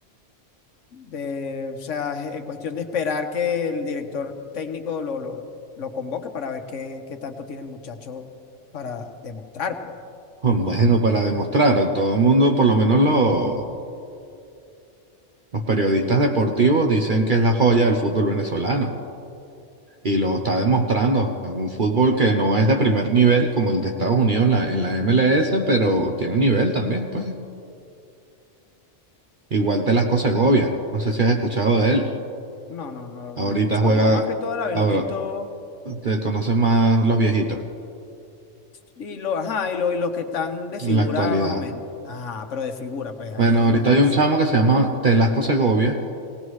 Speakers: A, on the left; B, on the right.
A: de, o sea, es eh, cuestión de esperar que el director técnico lo, lo, lo convoque para ver qué, qué tanto tiene el muchacho para demostrar, pues.
B: Bueno, para demostrar, todo el mundo, por lo menos lo- los periodistas deportivos, dicen que es la joya del fútbol venezolano. y lo está demostrando en un fútbol que no es de primer nivel como el de Estados Unidos en la, en la MLS, pero tiene nivel también, pues. Igual Telasco Segovia, no sé si has escuchado de él.
A: No, no, no,
B: Ahorita
A: no he escuchado.
B: juega,
A: Yo más que todo la Vinotinto
B: ahora, te conocen más los viejitos
A: Y, lo, ajá, y, lo- y los que están de
B: en
A: figura
B: la actualidad.
A: más o menos. Ajá, pero de figura, pues ahí
B: Bueno, ahorita
A: en los 11
B: hay un chamo que se llama Telasco Segovia,